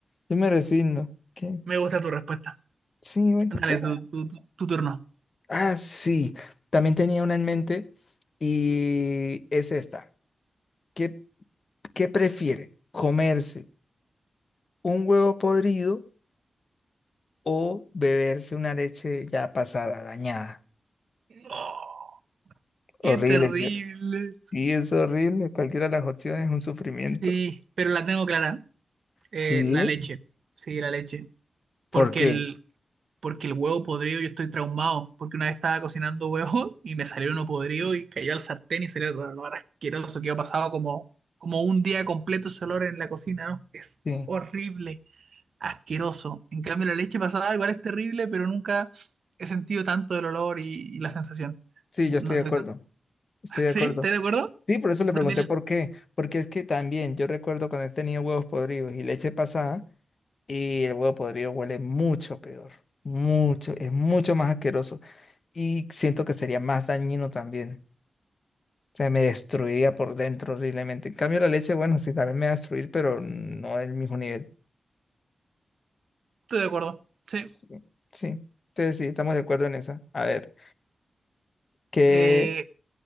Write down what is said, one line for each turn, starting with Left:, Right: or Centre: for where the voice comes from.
Left: Yo me resigno. ¿Qué?
Right: Me gusta tu respuesta.
Left: Sí, bueno,
Right: Dale,
Left: ¿qué más?
Right: tu, tu- tu- tu turno.
Left: Ah, sí, también tenía una en mente y es esta. ¿Qué, qué prefiere? ¿Comerse un huevo podrido o beberse una leche ya pasada, dañada?
Right: Oh, qué
Left: Horrible,
Right: terrible.
Left: ¿cierto? Sí, es horrible. Cualquiera de las opciones es un sufrimiento.
Right: Sí, pero la tengo clara. Eh,
Left: Sí,
Right: la leche. Sí, la leche. Porque
Left: ¿por qué?
Right: el, porque el huevo podrido yo estoy traumado, porque una vez estaba cocinando huevo <laughs> y me salió uno podrido y cayó al sartén y salió todo el olor asqueroso que yo pasado como, como un día completo ese olor en la cocina, ¿no? Es
Left: Sí,
Right: horrible, asqueroso. En cambio la leche pasada igual es terrible, pero nunca he sentido tanto el olor y, y la sensación.
Left: sí, yo estoy
Right: No estoy
Left: de acuerdo.
Right: tan...
Left: Estoy
Right: <laughs>
Left: de
Right: ¿Sí?
Left: acuerdo.
Right: ¿Estás de acuerdo?
Left: Sí, por eso le
Right: Tú
Left: pregunté
Right: también
Left: por qué. Porque es que también yo recuerdo cuando he tenido huevos podridos y leche pasada, y el huevo podrido huele mucho peor. Mucho, es mucho más asqueroso. Y siento que sería más dañino también. O sea, me destruiría por dentro horriblemente. En cambio, la leche, bueno, sí, también me va a destruir, pero no del mismo nivel.
Right: estoy de acuerdo. Sí.
Left: Sí, sí. Entonces, sí, estamos de acuerdo en esa. A ver, que.
Right: Eh,